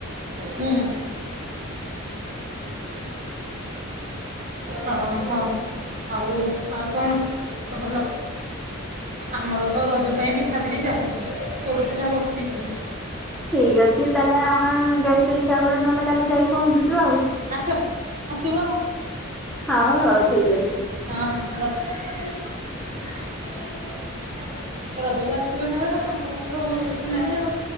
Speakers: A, on the right; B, in the centre.
A: ହୁଁ ହଁ ହଁ ଆଉ ଆଉ କଣ ସବୁ ଭଲ? ଆମର ତ ରଜ ପାଇଁ ପିଠାପିଠି ଚାଲିଚି ପୋଡ଼ ପିଠା ବସିଚି।
B: ଠିକ୍ ଅଛି ତାହେଲେ ଆମେ ଗେଷ୍ଟ ହିସାବରେ ନହେଲେ କାଲି ଯାଇ ପହଞ୍ଚୁଛୁ ଆଉ।
A: ଆସ ଆସିବ ଆଉ
B: ହଉ ହଉ ଠିକ୍ ଅଛି।
A: ହଁ ର ରଜକୁ ଆସିବେ ନହେଲେ ଆଉ ତମ ଘରେ ତ କିଛି ନାହିଁ ଆଉ।